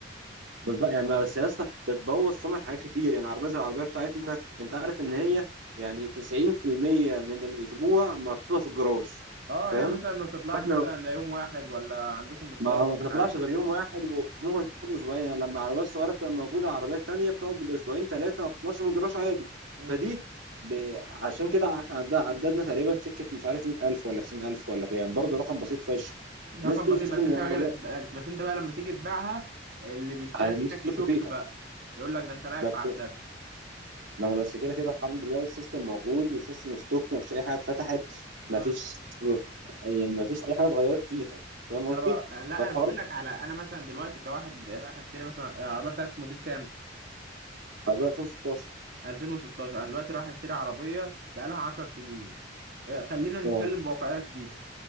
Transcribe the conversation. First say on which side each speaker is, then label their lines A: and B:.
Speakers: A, on the right; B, on the right.
A: بالظبط يعني ما- بس يا اسطى بتبوظ سمعه حاجات كتير يعني عربيه زي العربيه بتاعتنا انت عارف ان هي يعني 90% من الاسبوع محطوطه في الجراج
B: أه
A: فاهم
B: هي مثلا ما بتطلعش
A: واحنا
B: مثلا إلا يوم واحد ولا عندكم مشوار
A: ما
B: ولا
A: ما بتطلعش
B: حاجة
A: غير يوم واحد وممكن تقعد اسبوعين يعني لما عربيات صغيره بتبقى موجوده عربيات تانية بتقعد بالاسبوعين ثلاثه ما بتطلعش من الجراج عادي
B: امم
A: فدي ب... عشان كده احنا عد- عددنا تقريبا سكه مش عارف 100000 ولا 90000 ولا كام برضه رقم بسيط فشخ
B: رقم
A: الناس تيجي
B: بسيط
A: تشوف
B: بس
A: ان
B: أنت
A: العربيه
B: بقى بس بس أنت بقى لما تيجي تبيعها اللي بيشتريها
A: الناس
B: منك
A: تشك
B: يشك
A: فيها
B: بقى يقول لك ده أنت لاعب
A: بس
B: في عداد
A: ما انا بس كده كده الحمد لله السيستم موجود والسيستم ستوك ما فيش اي حاجه اتفتحت
B: آه.
A: ما فيش <laughs> يعني ما فيش اي حاجه اتغيرت فيها فاهم
B: انا
A: قصدي؟
B: بقى... لا
A: فالحوار
B: انا بقول لك على انا مثلا دلوقتي كواحد رايح اشتري مثلا العربيه بتاعت موديل كام
A: عربيه 2016
B: 2016 انا دلوقتي رايح اشتري عربيه بقالها 10 سنين آه، خلينا نتكلم
A: اه
B: بواقعيه شديده